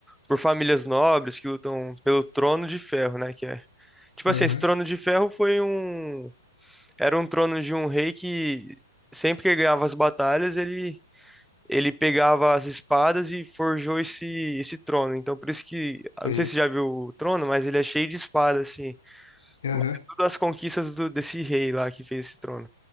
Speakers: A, in the centre; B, on the left.
A: por famílias nobres que lutam pelo Trono de Ferro, né? Que é. Tipo assim,
B: Aham.
A: esse Trono de Ferro foi um Era um trono de um rei que sempre que ele ganhava as batalhas, ele ele pegava as espadas e forjou esse esse trono. Então por isso que,
B: Sei.
A: eu não sei se você já viu o trono, mas ele é cheio de espadas assim.
B: Aham.
A: Mas é tudo as conquistas do, desse rei lá que fez esse trono.